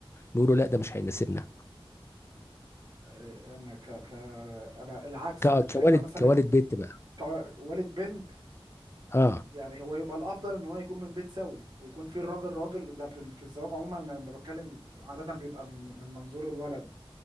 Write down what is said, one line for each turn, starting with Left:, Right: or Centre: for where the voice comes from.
Left: نقوله لا ده مش هيناسبنا
Right: آه، أنا ك ك أنا العكس
Left: ك-
Right: أنا شايفها
Left: كوالد
Right: مثلا
Left: كوالد بيت بقى
Right: كوالد بنت
Left: اه
Right: يعني هو يبقى الافضل ان هو يكون من بيت سوي ويكون في الراجل راجل ده في في الزواج عموما انا لما بتكلم عاده بيبقى من من منظور الولد